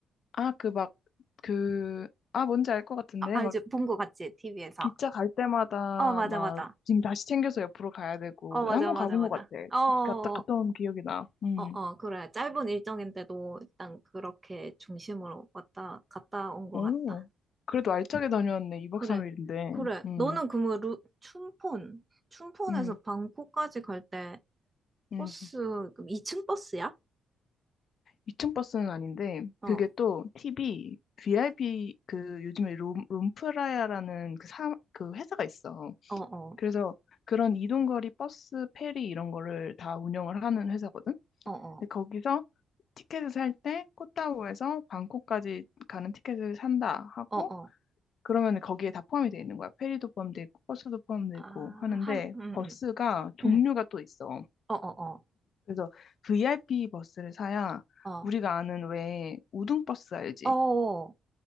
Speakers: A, on the left (about 50°); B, on the right (about 20°).
A: 아, 그 막, 그, 아, 뭔지 알 것 같은데?
B: 아, 아 이제 본 거 같지? TV에서.
A: 기차 갈 때마다
B: 어, 맞아,
A: 막
B: 맞아.
A: 짐 다시 챙겨서 옆으로 가야 되고
B: 어, 맞아,
A: 한 번
B: 맞아,
A: 가본
B: 맞아.
A: 것 같아.
B: 어, 어,
A: 갔다 갔다 온 기억이 나. 음.
B: 어, 어, 어. 그래. 짧은 일정인데도 일단 그렇게 중심으로 왔다, 갔다 온 거
A: 오.
B: 같다.
A: 그래도 알차게 다녀왔네. 2박
B: 그래.
A: 3일인데.
B: 그래.
A: 음.
B: 너는 그러면 루, 춘폰, 춘폰에서
A: 음.
B: 방콕까지 갈 때
A: 음.
B: 버스, 그럼 2층 버스야?
A: 이층 버스는 아닌데
B: 어,
A: 그게
B: 어,
A: 또 팁이 VIP 그 요즘에 롬, 롬프라야라는 그 사, 그 회사가 있어.
B: 어,
A: 그래서 그런 이동거리 버스, 페리 이런 거를 다 운영을 하는 회사거든.
B: 어, 어,
A: 근데 거기서 티켓을 살 때 코타우에서 방콕까지 가는 티켓을 산다 하고
B: 어, 어.
A: 그러면 거기에 다 포함이 돼 있는 거야. 페리도 포함돼 있고 버스도 포함돼
B: 아,
A: 있고 하는데
B: 함, 음,
A: 버스가
B: 음,
A: 종류가
B: 음.
A: 또 있어.
B: 어, 어,
A: 그래서 VIP 버스를 사야
B: 어, 어,
A: 우리가 아는 왜 우등 버스 알지?
B: 어, 어.